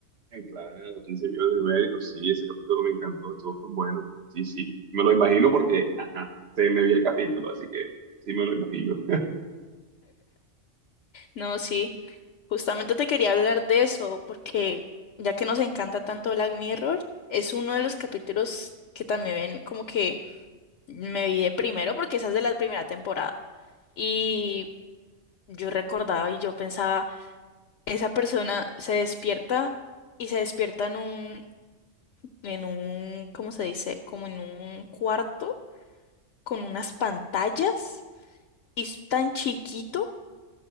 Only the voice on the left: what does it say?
No, sí, justamente te quería hablar de eso, porque ya que nos encanta tanto Black Mirror, es uno de los capítulos que también ven como que Me vi de primero porque esa es de la primera temporada. Y yo recordaba y yo pensaba, esa persona se despierta y se despierta en un, en un, ¿cómo se dice? Como en un cuarto con unas pantallas y es tan chiquito.